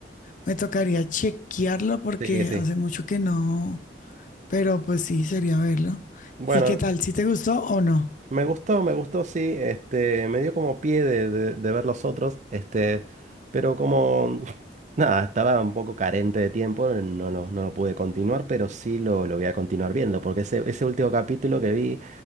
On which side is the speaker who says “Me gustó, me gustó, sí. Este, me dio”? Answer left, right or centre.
Right